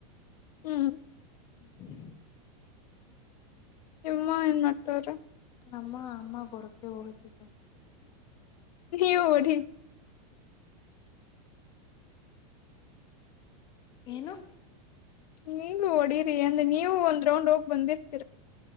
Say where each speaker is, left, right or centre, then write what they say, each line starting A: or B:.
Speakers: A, on the left (about 90°); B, on the left (about 20°).
A: ಹ್ಮ್
B: ಹ್ಮ
A: ನಿಮ್ಮ ಏನ್ ಮಾಡ್ತವ್ರ
B: ನಮ್ಮ ಅಮ್ಮ ಕೊರಕ್ಕೆ ಳಚ ಸ
A: ನೀವು ಹೊಡಿ
B: ಏನು
A: ನೀಗ ಹೊಡಿರಿ ಅಂದ್ರೆ ನೀವು ಒಂದ್ ರೌಂಡ್ ಹೋಗ್ ಬಂದಿರಿ